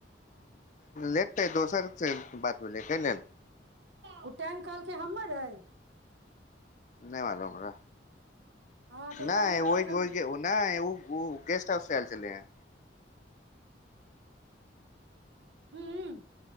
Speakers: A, on the left; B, on the right.
A: लेतै दोसर से बात भेलै कयलेल
B: ओ टाइम कहलकै हमर अइ
A: नहि मालुम हमरा
B: हँ तऽ ओ
A: नहि
B: टैंक कहलक
A: ओहि
B: हन
A: ओ नहि उ गेस्ट हाउस से एल छले है
B: हूम्म